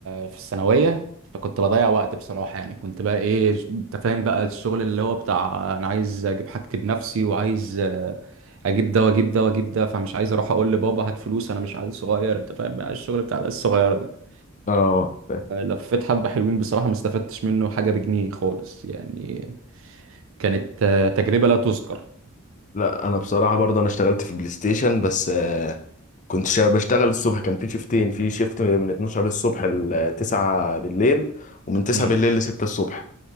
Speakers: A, on the right (about 60°); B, on the left (about 35°).
A: في الثانوية فكنت بضيع وقت بصراحة يعني كنت بقى ايه ج- انت فاهم بقى الشغل اللي هو بتاع انا عايز اجيب حاجتي بنفسي وعايز آه، اجيب ده واجيب ده واجيب ده فمش عايز اروح اقول لبابا هات فلوس انا مش عايز صغير انت فاهم بقى الشغل بتاع العيال الصغيرة ده
B: اه فاهم.
A: لفيت حبة حلوين بصراحة ما استفدتش منه حاجة بجنيه خالص يعني كانت آه، تجربة لا تذكر
B: لا انا بصراحة برضه انا اشتغلت في البلاي ستيشن بس كنت شا- بشتغل الصبح كان في شيفتين في شيفت من 12 الصبح ل 9 بالليل ومن 9
A: امم
B: بالليل ل 6 الصبح